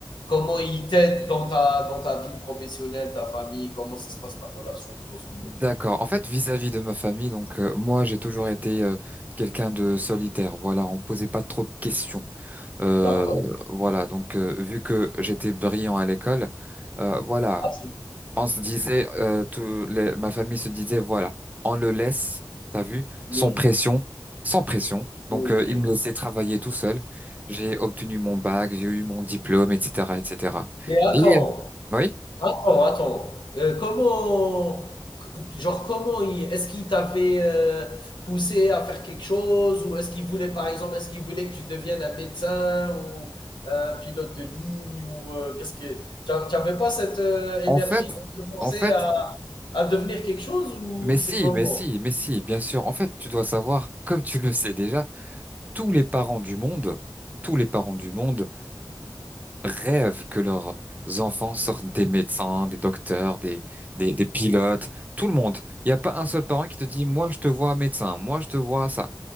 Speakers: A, on the left; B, on the right.
A: comment ils t'aident dans ta dans ta vie professionnelle, ta famille? Comment ça se passe ta relation grosso modo?
B: D'accord. En fait, vis-à-vis de ma famille, donc euh, moi, j'ai toujours été euh, quelqu'un de solitaire. Voilà, on me posait pas trop de questions. Euh,
A: D'accord.
B: voilà, donc euh, vu que j'étais brillant à l'école, euh, voilà,
A: Ah, c'est
B: on se disait, euh, tout les- ma famille se disait, voilà, on le laisse, t'as vu,
A: oui,
B: sans pression, sans pression. Donc,
A: oui,
B: euh,
A: oui.
B: il me laissait travailler tout seul. J'ai obtenu mon bac, j'ai eu mon diplôme, etc., etc.
A: Mais attends,
B: Et euh, oui,
A: attends, attends. Euh, comment, c- genre, comment il, est-ce qu'il t'avait euh, poussé à faire quelque chose ou est-ce qu'il voulait, par exemple, est-ce qu'il voulait que tu deviennes un médecin ou euh, un pilote de ligne ou euh, qu'est-ce que, tu n'avais pas cette euh, énergie
B: en fait,
A: qui te poussait
B: en fait.
A: à, à devenir quelque chose ou
B: Mais si,
A: c'est comment?
B: mais si, mais si, bien sûr. En fait, tu dois savoir, comme tu le sais déjà, tous les parents du monde, tous les parents du monde rêvent que leurs enfants sortent des médecins, des docteurs, des, des, des pilotes, tout le monde. Il n'y a pas un seul parent qui te dit, moi, je te vois médecin, moi, je te vois ça.